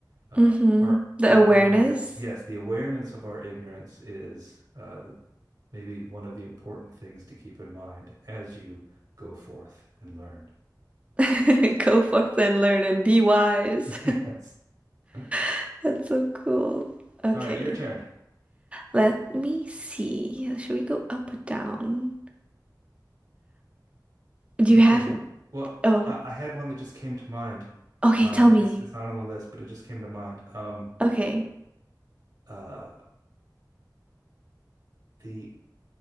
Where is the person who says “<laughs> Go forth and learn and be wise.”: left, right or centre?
Right